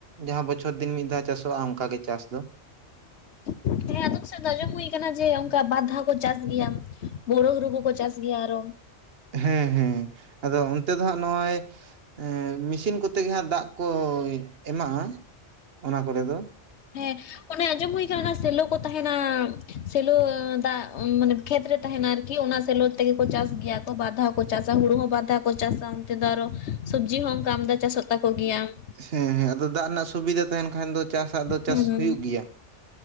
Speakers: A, on the right (about 55°); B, on the left (about 70°).
A: ᱡᱟᱦᱟᱸ ᱵᱚᱪᱷᱚᱨ ᱫᱤᱱ ᱢᱤᱫ ᱫᱷᱟᱣ ᱪᱟᱥᱚᱜ-ᱟ ᱚᱱᱠᱟ ᱜᱮ ᱪᱟᱥ ᱫᱚ ᱾
B: ᱦᱮᱸ ᱦᱮᱸ ᱟᱫᱚᱢ ᱥᱮᱫ ᱫᱚ ᱟᱸᱡᱚᱢ ᱦᱩᱭ ᱠᱟᱱᱟ ᱡᱮ ᱚᱱᱠᱟ ᱵᱟᱨ ᱫᱷᱟᱣ ᱠᱚ ᱪᱟᱥ ᱜᱮᱭᱟ ᱾ ᱵᱳᱨᱳ ᱦᱩᱨᱩ ᱠᱚᱠᱚ ᱪᱟᱥ ᱜᱮᱭᱟ ᱟᱨᱚ ᱾
A: ᱦᱮᱸ ᱦᱮᱸ ᱾ ᱟᱫᱚ ᱚᱱᱛᱮ ᱫᱚ ᱦᱟᱸᱜ ᱱᱚᱜ-ᱚᱭ ᱮᱸ ᱢᱤᱥᱤᱱ ᱠᱚᱛᱮ ᱜᱮ ᱦᱟᱸᱜ ᱫᱟᱜ ᱠᱚ ᱮᱢᱟᱜ-ᱟ <inaudible> ᱚᱱᱟ ᱠᱚᱨᱮ ᱫᱚ ᱾
B: ᱦᱮᱸ ᱚᱱᱮ ᱟᱸᱡᱚᱢ ᱦᱩᱭ ᱠᱟᱱᱟ ᱚᱱᱟ ᱥᱮᱞᱚ ᱠᱚ ᱛᱟᱦᱮᱸᱱᱟ ᱥᱮᱞᱚ ᱫᱟᱜ ᱢᱟᱱᱮ ᱠᱷᱮᱛ ᱨᱮ ᱛᱟᱦᱮᱸᱱᱟ ᱟᱨᱠᱤ ᱚᱱᱟ ᱥᱮᱞᱚ ᱛᱮᱜᱮ ᱠᱚ ᱪᱟᱥ ᱜᱮᱭᱟ ᱠᱚ ᱵᱟᱨ ᱫᱷᱟᱣ ᱠᱚ ᱪᱟᱥᱟ ᱦᱩᱲᱩ ᱦᱚᱸ ᱵᱟᱨ ᱫᱷᱟᱣ ᱠᱚ ᱪᱟᱥᱟ ᱚᱱᱛᱮ ᱫᱚ ᱟᱨᱚ ᱥᱚᱵᱽᱡᱤ ᱦᱚᱸ ᱚᱱᱠᱟ ᱟᱢᱫᱟ ᱪᱟᱥᱚᱜ ᱛᱟᱠᱚ ᱜᱮᱭᱟ ᱾
A: ᱦᱮᱸ ᱦᱮᱸ ᱟᱫᱚ ᱫᱟᱜ ᱨᱮᱱᱟᱜ ᱥᱩᱵᱤᱫᱟ ᱛᱟᱦᱮᱸᱱ ᱠᱷᱟᱱ ᱫᱚ ᱪᱟᱥ ᱟᱜ ᱫᱚ ᱪᱟᱥ
B: ᱦᱩᱸ
A: ᱦᱩᱭᱩᱜ ᱜᱮᱭᱟ ᱾